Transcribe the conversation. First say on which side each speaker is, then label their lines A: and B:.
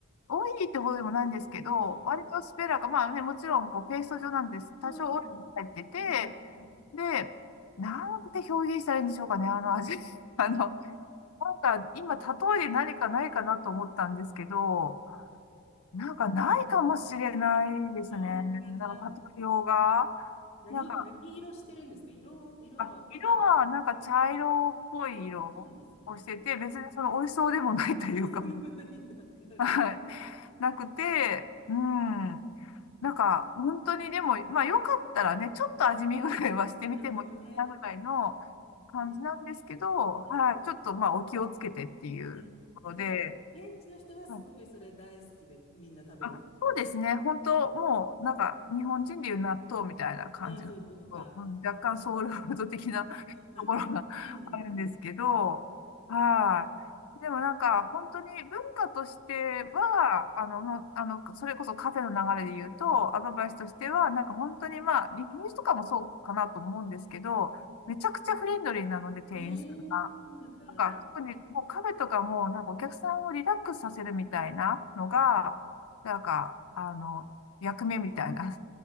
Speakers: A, on the left; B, on the left.
A: オイリーってほどでもないんですけど、
B: うん。
A: 割とスペラが、まあね、もちろん、こう、ペースト状なんです。
B: そうなんですよ。
A: 多少オイルも入ってて、
B: うん。うん。
A: で、なんて表現したらいいんでしょうかね、あの味。<laughs> あの、なんか今、例えで何かないかなと思ったんですけど、なんかないかもしれないですね。
B: あ、こんな感じなんです。
A: なんか例えようが。
B: 何、
A: なんか、
B: 何色してるんですか色、色はバターの
A: あ、色がなんか茶色っぽい色をしてて、
B: 何色なんですね。
A: 別にその美味しそうでもないというか、
B: あ、そうでもないんだ。なるほど。
A: はい。なくて、うん。なんか、本当にでも、まあよかったらね、ちょっと味見ぐらいはしてみてもいいかなぐらいの、
B: なるほどね。ね
A: 感じなんですけど、
B: うん
A: はい、ちょっとまあお気をつけてっていうところで、
B: ね、え、じゃあ、現地の人はすごいそれ大好きでみんな食べるみたい
A: はいあ、そうですね、本当もうなんか日本人でいう納豆みたいな感じの、
B: な。ああ、そういうことか。
A: うん若干ソウルフード的な <laughs>
B: あ、
A: ところがあるんですけど、
B: そうなんです。
A: はい。でもなんか本当に文化としては、あの、もうあの、それこそカフェの流れで言うと、アドバイスとしては、なんか本当にまあ、イギリスとかもそうかなと思うんですけど、めちゃくちゃフレンドリーなので、店員さん
B: ええー、そうなんだ。
A: なんか、
B: うん
A: 特にもうカフェとかも、なんかお客さんをリラックスさせるみたいなのが、なんか、あの、役目みたいな、